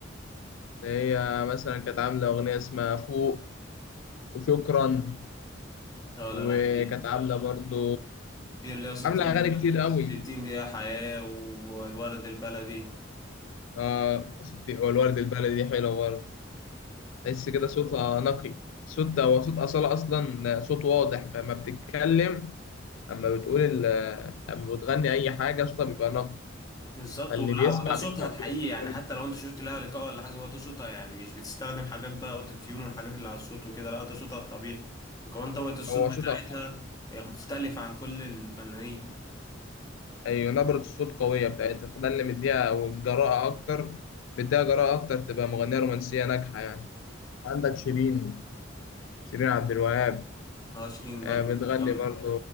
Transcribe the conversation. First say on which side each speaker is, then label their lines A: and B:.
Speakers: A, on the left; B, on the left.
A: اللي هي مثلا كانت عامله اغنيه اسمها فوق وشكرا
B: اه
A: وكانت
B: الاغاني دي
A: عامله برضو
B: دي اللي هو 60
A: عامله اغاني
B: دقيقة
A: كتير قوي
B: 60 دقيقة حياة والورد البلدي
A: اه ستي والورد البلدي دي حلوه برضه تحس كده صوتها نقي صوت هو صوت اصاله اصلا صوت واضح فما بتتكلم اما بتقول ال... اما بتغني اي حاجه صوتها بيبقى نقي
B: بالظبط
A: فاللي
B: ولا
A: بيسمع
B: وده صوتها
A: بيفهم
B: الحقيقي
A: بيفهم
B: يعني
A: كل
B: حتى
A: حاجة.
B: لو انت شفت لها لقاء ولا حاجه هو ده صوتها يعني مش بتستخدم حاجات بقى اوتو تيون والحاجات اللي على الصوت وكده لا ده صوتها الطبيعي وكمان طبقه الصوت
A: هو صوتها
B: بتاعتها
A: قوي
B: هي مختلفه عن كل الفنانين
A: ايوه نبرة الصوت قوية بتاعتها فده اللي مديها والجراءة اكتر مديها جراءة اكتر تبقى مغنية رومانسية ناجحة يعني عندك شيرين شيرين عبد الوهاب
B: اه شيرين برضو
A: آه، بتغني
B: جامده
A: برضه